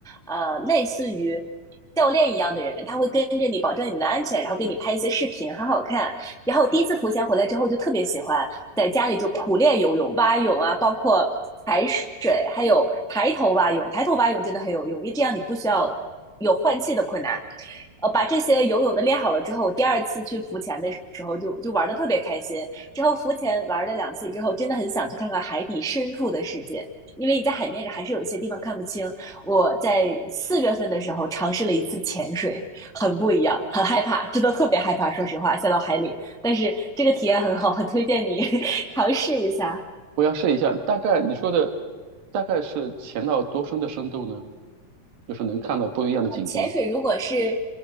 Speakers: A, in the centre; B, on the right.
A: 呃，类似于教练一样的人，他会跟着你，保证你的安全，然后给你拍一些视频，很好看。然后第一次浮潜回来之后就特别喜欢，在家里就苦练游泳、蛙泳啊，包括踩水，还有抬头蛙泳。抬头蛙泳真的很有用，因为这样你不需要有换气的困难。呃，把这些游泳的练好了之后，第二次去浮潜的时候就就玩的特别开心。之后浮潜玩了两次之后，真的很想去看看海底深处的世界，因为你在海面上还是有一些地方看不清。我在四月份的时候尝试了一次潜水，很不一样，很害怕，真的特别害怕，说实话，下到海里。但是这个体验很好，很推荐你尝试一下。
B: 我要试一下。大概你说的大概是潜到多深的深度呢？就是能看到不一样的景观。
A: 呃潜水如果是